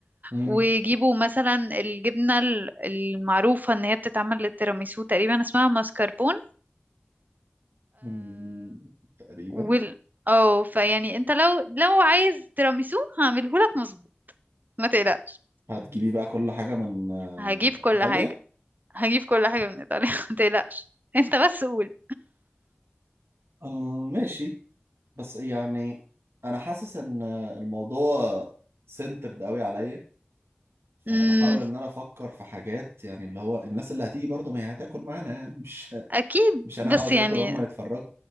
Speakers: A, on the right; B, on the right.
A: مم.
B: ويجيبوا مثلا الجبنة ال- المعروفة ان هي بتتعمل للتيراميسو تقريبا اسمها ماسكربون
A: مم. تقريبا
B: وال اه فيعني انت لو لو عايز تيراميسو هعمله لك مظبوط ما تقلقش
A: هتجيبي بقى كل حاجة من آه،
B: هجيب كل
A: ايطاليا
B: حاجة هجيب كل حاجة من ايطاليا <laughs> ما تقلقش انت بس قول
A: آه، ماشي بس يعني انا حاسس ان الموضوع سنترد قوي عليا فانا
B: امم
A: بحاول ان انا افكر في حاجات يعني اللي هو الناس اللي هتيجي برضه ما هي هتاكل معانا يعني مش
B: اكيد
A: <laughs> مش انا
B: بس
A: هقعد
B: يعني
A: اكل هم يتفرجوا